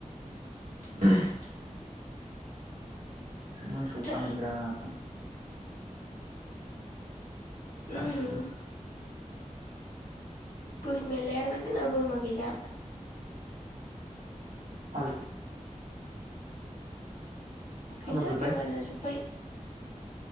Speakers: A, on the right; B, on the left.
A: <unintelligible> मोसौ
B: दा
A: खानो बिराद
B: उम
A: <inaudible> <unintelligible>
B: <unintelligible> ना बोरमा गैला
A: औ फानहरजोब्बाय
B: गैला बेमार जाजोबबाय